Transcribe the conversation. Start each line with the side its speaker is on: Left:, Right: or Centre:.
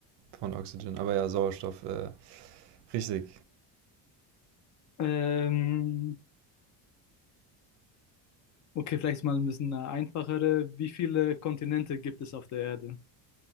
Right: Von Oxygen. Aber ja, Sauerstoff, äh, richtig.
Left: Ähm, okay, vielleicht mal ein bisschen eine einfachere. Wie viele Kontinente gibt es auf der Erde?